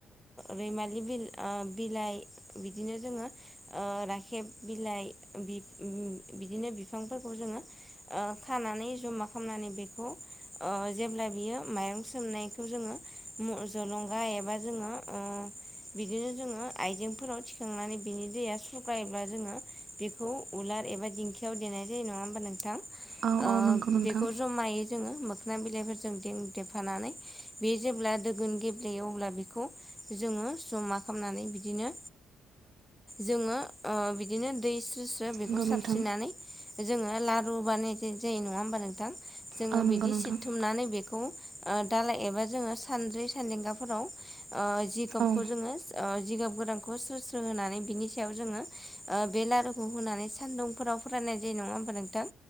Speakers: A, in the centre; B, on the right.
A: रैमालि बि बिलाइ बिदिनो जोङो ओ राखेब बिलाइ बिदिनो बिफांफोरखौ जोङो ओ खानानै नाय जमा खालामनानै बेखौ अ जेब्ला बेयो माइरं सोंनायाखौ जोङो म जों थुलुंगा एबा जोङो ओ बिदिनो जोङो आइजेंफोराव थिखांनानै बिनि दैया सुग्रायोब्ला जोङो बेखौ उला एबा दिंखि देनाय जायो नङा होनबा नोंथां
B: औ
A: ओ
B: औ नंगौ नोंथां
A: जमायै जोंङो सना बिलाइफोरजों देंदेफानानै बे जेब्ला दोगोन गेब्लेयो अब्ला बेखौ जोङो जमा खालामनानै बिदिनो जोङो अ दै सु सु बेखौ
B: नंगौ
A: साबस्रिनानै
B: नोंथां
A: जोङो लारु बानाय जायो नङा होमबा नोंथां जोङो
B: औ नंगौ
A: बिदि
B: नोंथां
A: सिबथुमनानै बेखौ ओ दालाय एबा जोङो सानदै सानदेंगाफोराव ओ जिगाबखौ
B: औ
A: जोङो ओ जिगाब गोरानखौ स्रो स्रो होनानै बिनि सायाव जोङो ओ बे लारुखौ होनानै सानदुंफोराव फरान नाय जे नङा होब नोंथां